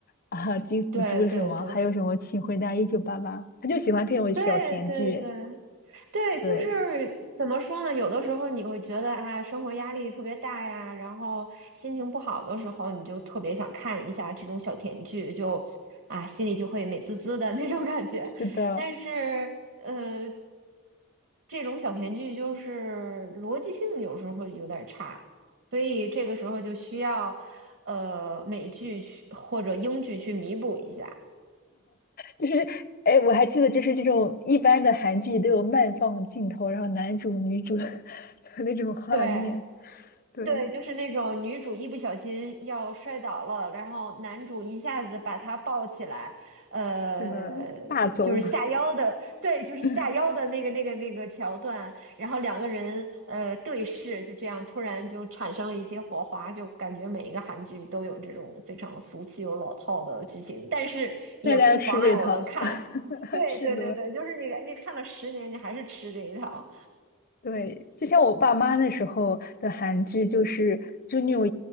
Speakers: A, on the left; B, on the right.
A: 啊，《金福珠》什么，
B: 对对对
A: 还有什么《请回答一九八八》，他就喜欢这种小甜剧。
B: 对对对。对，就是怎么说呢？
A: 对，
B: 有的时候你会觉得啊，生活压力特别大呀，然后心情不好的时候，你就特别想看一下这种小甜剧，就啊，心里就会美滋滋的那种感觉。
A: 是的，
B: 但是，呃，这种小甜剧就是逻辑性有时候会有点儿差，所以这个时候就需要呃美剧去或者英剧去弥补一下。
A: 就是哎，我还记得就是这种一般的韩剧都有慢放镜头，然后男主女主 <laughs> 那种画面，
B: 对。
A: 对，
B: 对，就是那种女主一不小心要摔倒了，然后男主一下子把她抱起来，呃，
A: 真的大走。
B: 就是下腰的，对，就是下腰的那个那个那个桥段，
A: <laughs>
B: 然后两个人呃对视，就这样突然就产生了一些火花，就感觉每一个韩剧都有这种非常俗气又老套的剧情，但是也不妨碍我们看。
A: 大家吃这套，<laughs>
B: 对对对对，
A: 是的，
B: 就是你你看了十年，你还是吃这一套
A: 对，就像我爸妈那时候的韩剧，就是就那种